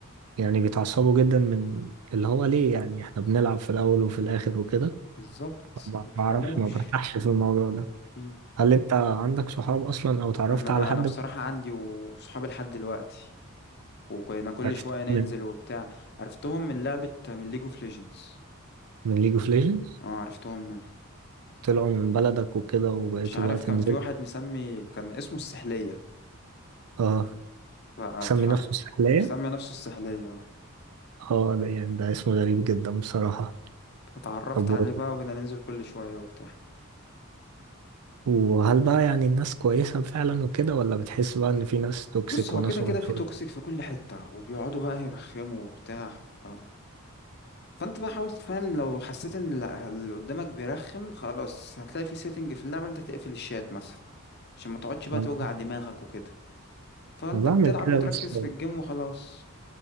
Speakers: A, on the right; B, on the left.
A: يعني بيتعصبوا جدا من اللي هو ليه يعني احنا بنلعب في الاول وفي الاخر وكده
B: بالظبط
A: ما
B: مبيفهموش
A: بعرفش ما برتاحش في الموضوع ده
B: مم.
A: هل انت عندك صحاب اصلا او اتعرفت
B: أنا
A: على
B: لأ
A: حد
B: أنا بصراحة عندي وصحابي لحد دلوقتي وكنا كل
A: عرفت
B: شوية ننزل
A: من
B: وبتاع عرفتهم من لعبة من ليج اوف ليجندز
A: من ليج اوف ليجندز
B: اه عرفتهم منها
A: طلعوا من بلدك وكده وبقيتوا
B: مش عارف
A: بقى تنزلوا
B: كان في واحد مسمي كان اسمه السحلية
A: اه
B: فاتحر
A: مسمي نفسه سحلية
B: مسمي نفسه السحلية آه.
A: اه ده يعني ده اسم غريب جدا بصراحة
B: اتعرفت
A: طب و-
B: عليه بقى وبدنا ننزل كل شوية وبتاع
A: وهل بقى يعني الناس كويسة فعلا وكده ولا بتحس بقى ان في ناس توكسيك
B: بص هو
A: وناس
B: كده كده
A: عنصرية
B: في توكسيك في كل حتة وبيقعدوا بقى يرخموا وبتاع ف... فانت بقى حاول تفهم لو حسيت ان لا- اللي قدامك بيرخم خلاص هتلاقي في سيتنج في اللعبة إن انت تقفل الشات مثلا عشان ما تقعدش بقى
A: ما
B: توجع دماغك وكده فانت
A: بعمل
B: بتلعب
A: كده
B: وتركز
A: بس
B: في الجيم وخلاص